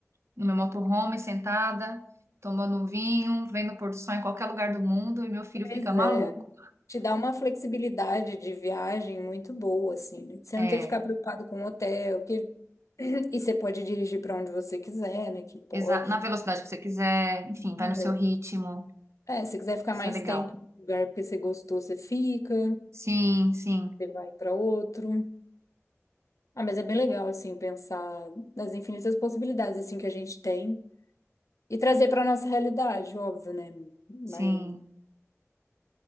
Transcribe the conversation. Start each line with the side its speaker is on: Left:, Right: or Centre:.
Right: no meu motorhome, sentada, tomando um vinho, vendo o pôr do sol em qualquer lugar do mundo e meu filho
Left: Pois
Right: fica maluco.
Left: é. Te dá uma flexibilidade de viagem muito boa, assim, né? Você
Right: É,
Left: não tem que ficar preocupado com o hotel, que... <clears throat> e você pode dirigir para onde você quiser, né? Que pode.
Right: exa- na velocidade que você quiser, enfim, vai
Left: né?
Right: no seu ritmo.
Left: É, se quiser ficar
Right: Isso
Left: mais
Right: é legal.
Left: tempo no lugar porque você gostou, você fica,
Right: Sim, sim,
Left: você vai para outro. Ah, mas é bem legal, assim, pensar nas infinitas possibilidades, assim, que a gente tem e trazer para nossa realidade, óbvio, né? Mas
Right: sim.